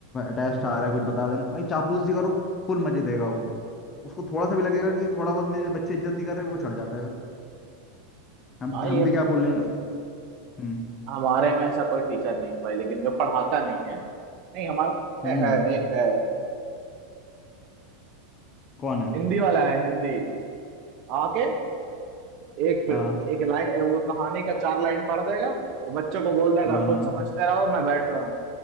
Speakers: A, on the left; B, on the right.
A: टेस्ट आ रहा है कुछ बता देना भाई चापलूसी करो फुल मजे देगा वो उसको थोड़ा सा भी लगेगा कि थोड़ा बहुत मेरे बच्चे इज्जत नहीं कर रहे वो चढ़ जाता है फिर हम
B: भाई
A: हम
B: ये
A: भी क्या बोल रहे हैं यार हम्म
B: हमारे में ऐसा कोई टीचर नहीं है भाई लेकिन जो पढ़ाता नहीं है नहीं हमारे पास
A: हम्म
B: है है, एक है
A: कौन है
B: हिंदी वाला है हिंदी आके एक
A: हाँ
B: एक लाइन वो कहानी का चार लाइन पढ़ देगा तो बच्चों को बोल देगा
A: हाँ
B: खुद
A: हाँ
B: समझते रहो मैं बैठ रहा हूँ